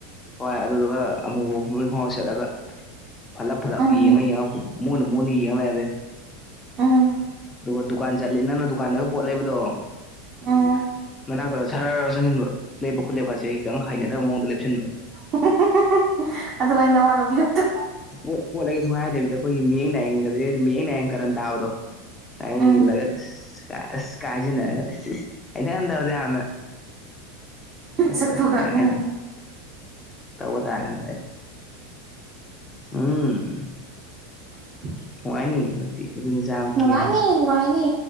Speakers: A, on the left; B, on the right.
A: ꯍꯣꯏ ꯑꯗꯨꯗꯨꯒ ꯑꯃꯨꯕ ꯐꯨꯔꯤꯠ ꯈꯣꯡꯒꯥꯎ ꯁꯦꯠꯂꯒ ꯐꯠꯂꯞ ꯐꯠꯂꯞ
B: ꯎꯝ
A: ꯌꯦꯡꯉ ꯌꯦꯡꯉ ꯃꯨꯅ ꯃꯨꯅ ꯌꯦꯡꯂꯩꯔꯗꯤ
B: ꯎꯝ
A: ꯗꯨꯒ ꯗꯨꯀꯥꯟ ꯖꯠꯂꯤꯟ ꯅꯪꯅ ꯗꯨꯀꯥꯟꯗꯒ ꯄꯣꯠ ꯂꯩꯕꯗꯣ
B: ꯑꯣ
A: ꯃꯅꯥꯛꯇꯗ ꯁꯔ ꯆꯪꯁꯤꯟꯕ ꯂꯦꯞꯄ ꯈꯨꯠꯂꯦꯞꯀꯁꯦ ꯈꯤꯇꯪ ꯍꯩꯅꯗꯕ ꯃꯑꯣꯡꯗ ꯂꯦꯞꯁꯤꯟꯕ
B: ꯑꯍꯥ ꯍꯥ ꯍꯥ ꯍꯥ ꯑꯗꯨ ꯑꯩꯅ ꯅꯋꯥ ꯂꯧꯕꯤꯗꯕꯗꫭ
A: ꯄꫭꯠ ꯄꫭꯠ ꯂꯩꯒꯦ ꯁꯨꯡꯍꯥꯏ ꯍꯥꯏꯗꯕꯤꯗ ꯑꯩꯈꯣꯏꯒꯤ ꯃꯤꯌꯦꯡ ꯅꯥꯏꯌꯦꯡꯒꯖꯦ ꯃꯤꯠꯌꯦꯡ ꯅꯥꯏꯌꯦꯡ ꯀꯔꯟ ꯇꯥꯕꯗꯣ ꯁꯥꯏꯅ
B: ꯎꯝ
A: ꯌꯦꯡꯖꯤꯡꯂꯒ ꯑꯁ ꯀꯥꯏ ꯑꯁ ꯀꯥꯏ ꯍꯥꯏꯖꯤꯟꯅꯔꯒꯁꯤ ꯑꯁ ꯍꯩꯅꯍꯟꯗꯕꯗꫭ ꯌꯥꯝꯅ
B: ꯃꯁꯛꯇꯨꯒ
A: ꯍꯟꯗꯛ
B: ꯎꯝ
A: ꯑꯩꯅ ꯇꯧꯕ ꯇꯥꯔꯦ ꯍꯟꯇꯛ ꯑꯩꯅ ꯎꯝ
B: <unintelligible>
A: ꯅꯨꯡꯉꯥꯏꯅꯤ ꯍꯟꯗꯛꯇꯤ ꯅꯨꯄꯤ ꯃꯆꯥ ꯑꯃ ꯀꯤꯍꯟꯒꯦ
B: ꯅꯨꯡꯉꯥꯏꯅꯤ ꯅꯨꯡꯉꯥꯏꯅꯤ